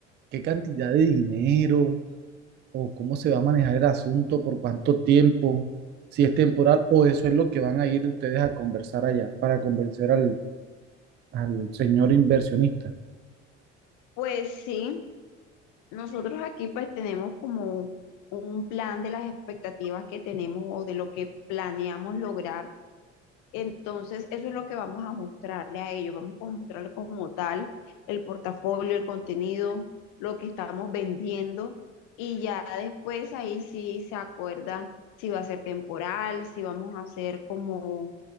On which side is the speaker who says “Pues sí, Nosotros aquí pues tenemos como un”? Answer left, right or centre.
Left